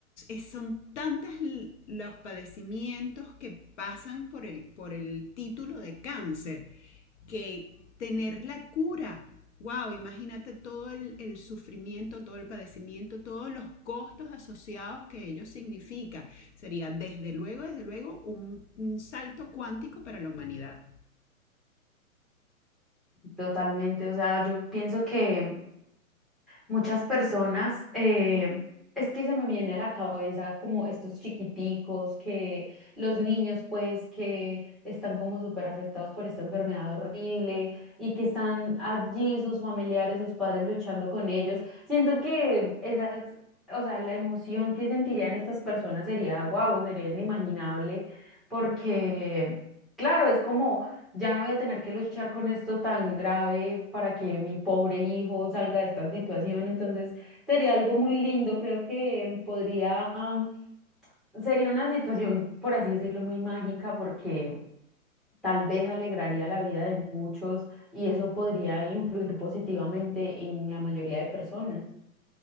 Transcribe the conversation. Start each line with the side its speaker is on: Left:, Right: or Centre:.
Left: son tantas los padecimientos que pasan por el, por el título de cáncer que tener la cura, wow, imagínate todo el, el sufrimiento, todo el padecimiento, todos los costos asociados que ello significa. Sería desde luego, desde luego, un, un salto cuántico para la humanidad.
Centre: Totalmente, o sea, yo pienso que Muchas personas, eh, es que se me viene a la cabeza como estos chiquiticos, que los niños pues que están como súper afectados por esta enfermedad horrible y que están allí sus familiares, sus padres luchando con ellos. Siento que esas, o sea, la emoción que sentirían estas personas sería, wow, sería inimaginable porque, claro, es como... Ya no voy a tener que luchar con esto tan grave para que mi pobre hijo salga de esta situación. Entonces, sería algo muy lindo. Creo que podría, am, sería una situación, por así decirlo, muy mágica porque tal vez alegraría la vida de muchos y eso podría influir positivamente en la mayoría de personas.